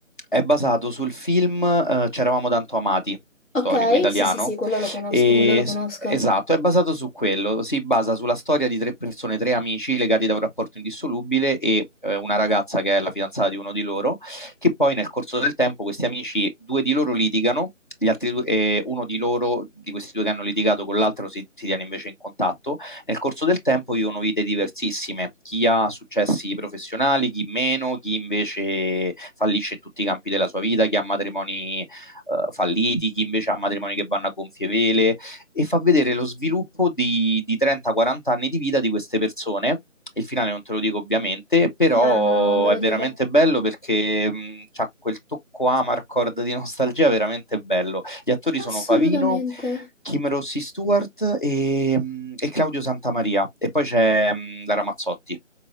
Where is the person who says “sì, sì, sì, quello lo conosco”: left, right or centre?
Left